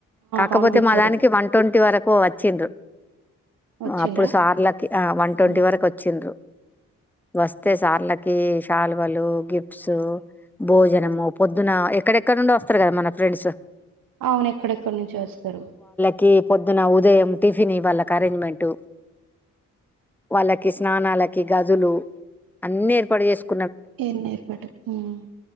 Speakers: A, in the centre; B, on the right (about 75°).
A: కాకపోతే
B: పంపించరు
A: మా దానికి వన్ ట్వంటీ వరకు వచ్చిండ్రు
B: వచ్చిండ్రా
A: అప్పుడు సార్లకి ఆ వన్ ట్వంటీ
B: ఉమ్.
A: వరకు వచ్చిండ్రు వస్తే సార్లకి సాల్వాలు గిఫ్ట్స్ భోజనము పొద్దున ఎక్కడెక్కడ నుండో వస్తారు కదా మన ఫ్రెండ్స్
B: అవున ఎక్కడెక్కడి నుంచో వస్తారు
A: కి పొద్దున ఉదయం టిఫినీ వాళ్ళకి అరేంజ్మెంట్ వాళ్ళకి స్నానాలకి గదులు అన్ని ఏర్పాటు చేసుక్
B: ఎన్ని ఏర్పటు హ్మ్